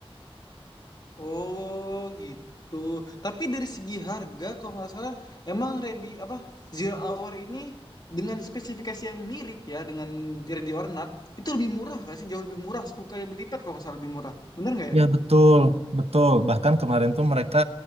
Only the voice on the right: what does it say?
Ya betul, betul. Bahkan kemarin tuh mereka